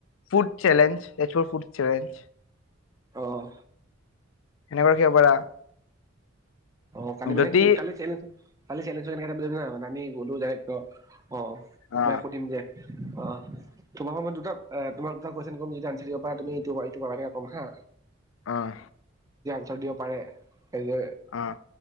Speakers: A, on the left; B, on the right.
A: food challenge, Tezpur food challenge.
B: অঁ
A: এনেকুৱা কিবা পাৰা।
B: অঁ কালি মানে
A: যদি
B: কি, কালি চেল খালি চেলেঞ্জ ৰ এনেকে <unintelligible> অ'
A: অ
B: মই সুধিম দে, অ তোমালোকৰ দুটাক অঁ তোমাক এটা কুৱেশচন কৰিম যদি আনচাৰ দিব পাৰা তুমি এটো কিবা এটা কম হা।
A: অঁ
B: <unintelligible> দিব পাৰে, এই যে
A: অঁ